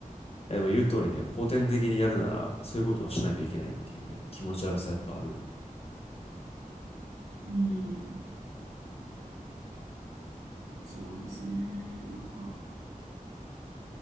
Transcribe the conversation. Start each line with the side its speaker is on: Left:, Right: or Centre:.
Left: えでも言う通りね、後天的にやるなら、そういうことをしないといけないっていうね、気持ち悪さやっぱあるよ。
Right: うん、そうですね。なんか、